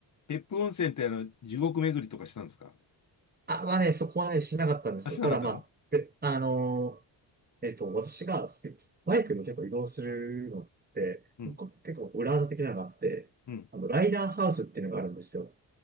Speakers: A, on the left; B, on the right.
A: 別府温泉ってあの、地獄巡りとかしたんですか
B: あ、まあね、そこはね、しなかったんですよ。
A: あ、しなかったの
B: ただまあ、で、あのーえっと、私がスバイクも結構移動するのって、
A: うん。
B: こ結構裏技的なのがあって、
A: うん。
B: あの、ライダーハウスっていうのがあるんですよ。